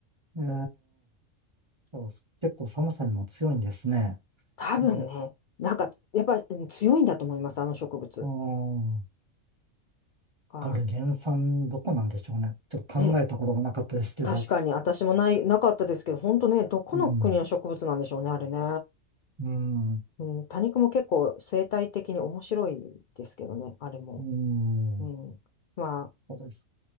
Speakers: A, on the right; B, on the left.
A: ええ、そう結構寒さにも強いんですね。
B: 多分ね、
A: で、
B: なんか、やっぱりうん強いんだと思います、あの植物
A: うん。
B: が。
A: あれ、原産どこなんでしょうね。ちょっと考えたこともなかったですけど。
B: ね、確かに私もない、なかったですけど、本当ね、どこの国の植物なんでしょうね、
A: うん。
B: あれね。
A: うん。
B: うん、多肉も結構生態的に面白いですけどね、あれも。
A: うん。
B: うん。まあ、
A: そうです。